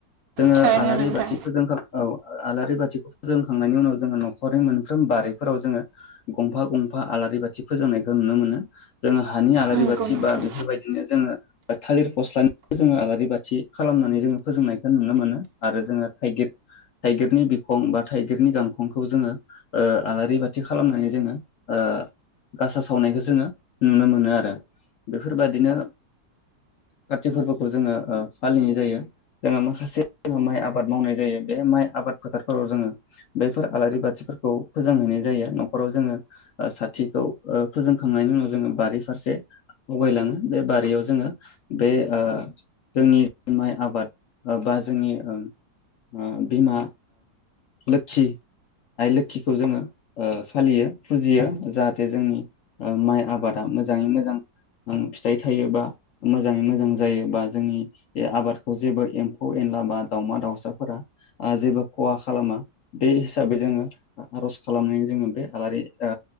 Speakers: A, on the left (about 60°); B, on the right (about 80°).
A: जोङो
B: थारैनो
A: आलारि
B: नोंथां
A: बाथि फोजोंखो औ आलारि बाथिखौ फोजोबखांनायनि उनाव जोङो न'खरनि मोनफ्रोम बारिफोराव जोङो, गंफा गंफा आलारि बाथि फोजोंनायखौ नुनो मोनो जोङो, हानि आलारि
B: नंगौ
A: बाथि
B: नोंथां
A: बा बेफोरबायदिनो जोङो, थालिर फस्लानिखौ जोङो आलारि बाथि खालामनानै जोङो फोजोंनायखौ नुनो मोनो आरो जोङो थाइगिर थाइगिरनि बिखं बा थाइगिरनि गांखंखौ जोङो ओ आलारि बाथि खालामनानै, जोङो ओ गासा सावनायखौ जोङो नुनो मोनो आरो बेफोरबादिनो काति फोरबोखौ जोङो ओ फालिनाय जायो जोङो माखासे माइ आबाद मावनाय जायो बे माइ आबाद फोथारफोराव जोङो बैफोर आलारि बाथिफोरखौ फोजांहैनाय जायो न न'खराव जोङो ओ साथिखौ ओ फोजोंखांनायनि उनाव जोङो बारि फारसे आवगायलाङो बे बारियाव जोङो बे ओ जोंनि माइ आबाद बा जोंनि ओ ओ बिमा लोखि आइ लोखिखौ जोङो ओ, फालियो फुजियो जाहाथे ओ जोंनि माइ आबादा मोजाङै मोजां ओ फिथाइ थायो बा मोजाङै मोजां जायो बा जोंनि बे आबादखौ जेबो एम्फौ एनला बा दाउमा दाउसाफोरा ओ जेबो खहा खालामा बे हिसाबै जोङो आरज खालामनानै जोङो बे, आलारि ओ